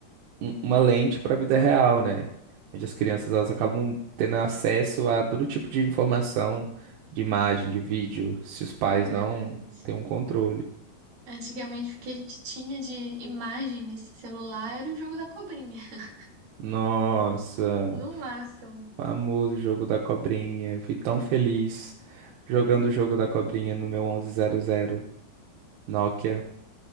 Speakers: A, on the right (about 85°); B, on the right (about 70°).
A: um- uma lente para a vida real, né? Onde as crianças elas acabam tendo acesso a todo tipo de informação, de imagem, de vídeo, se os pais
B: é verdade.
A: não têm um controle.
B: Antigamente, o que a gente tinha de imagem nesse celular era o jogo da cobrinha, <laughs>
A: Nossa,
B: no máximo.
A: famoso jogo da cobrinha. Eu fui tão feliz jogando o jogo da cobrinha no meu onze zero zero Nokia.